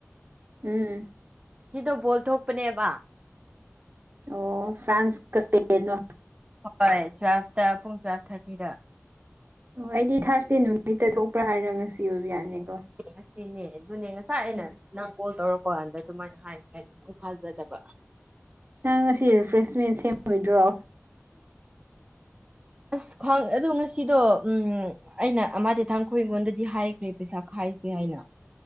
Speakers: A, on the right; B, on the right.
A: ꯎꯝ
B: ꯀꯤꯗꯣ ꯕꯣꯜ ꯊꯣꯛꯄꯅꯦꯕ
A: ꯑꯣ ꯐ꯭ꯔꯥꯟꯁ ꯀ ꯁꯄꯦꯟ ꯗꯣ
B: ꯍꯣꯏ ꯇꯨ꯭ꯋꯦꯜꯄꯇ ꯄꯨꯡ ꯇ꯭ꯋꯦꯜꯐ ꯊꯥꯔꯇꯤꯗ
A: ꯑꯣ ꯑꯩꯗꯤ ꯊꯥꯔꯁꯗꯦ ꯅꯨꯃꯤꯠꯇ ꯊꯣꯛꯄ꯭ꯔꯥ ꯍꯥꯏꯔ ꯉꯁꯤ ꯑꯣꯏꯕ ꯌꯥꯅꯤꯀꯣ
B: ꯇꯦ ꯉꯁꯤꯅꯦ ꯑꯗꯨꯅꯦ ꯉꯁꯥꯏ ꯑꯩꯅ
A: ꯎꯝ
B: ꯅꯪ ꯀꯣꯜ ꯇꯧꯔꯛꯄ ꯀꯥꯟꯗ ꯑꯗꯨꯃꯥꯏꯅ ꯍꯥꯏ ꯀꯅꯝꯁꯨ ꯊꯥꯖꯗꯕ
A: ꯅꯪ ꯉꯁꯤ ꯔꯤꯐ꯭ꯔꯦꯁꯃꯦꯟ ꯁꯦꯝꯃꯣꯏꯗ꯭ꯔꯣ
B: ꯑꯁ ꯈꯪ ꯑꯗꯣ ꯉꯁꯤꯗꯣ ꯎꯝ ꯑꯩꯅ ꯑꯃꯗꯤ ꯊꯥꯡꯈꯣꯏ ꯑꯩꯉꯣꯟꯗꯗꯤ ꯍꯥꯏꯈ꯭ꯔꯦ ꯄꯩꯁꯥ ꯈꯥꯏꯁꯦ ꯍꯥꯏꯅ